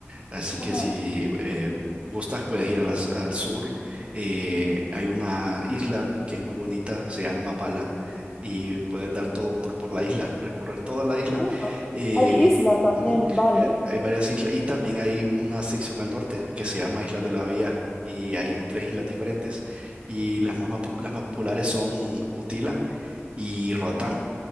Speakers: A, on the right (about 25°); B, on the left (about 15°).
A: Así que
B: Ajá.
A: si eh, gustas, puedes ir a las- al sur. Eh, hay una isla que es muy bonita, se llama Mapala, y puedes dar todo un tour por la isla, recorrer toda la isla.
B: Ah,
A: Eh,
B: hay isla también,
A: ujú,
B: vale.
A: eh, hay varias islas y también hay una sección al norte que se llama Islas de la Bahía. Y hay tres islas diferentes. Y las más, más pop- las más populares son Utila y Roatán